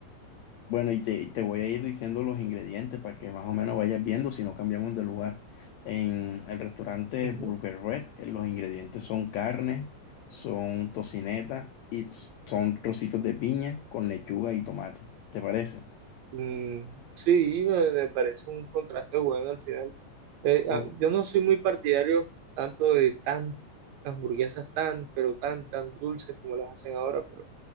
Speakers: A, on the left; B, on the right.
A: Bueno, y te, te voy a ir diciendo los ingredientes para que más o menos vayas viendo si no cambiamos de lugar. En el restaurante
B: ujú.
A: Burger Red, eh, los ingredientes son carne, son tocineta y s- son trocitos de piña con lechuga y tomate. ¿Te parece?
B: Mm, sí, me, me parece un contraste bueno al final. Eh,
A: O-
B: ah, yo no soy muy partidario tanto de tan hamburguesas tan, pero tan, tan dulces como las hacen ahora, pero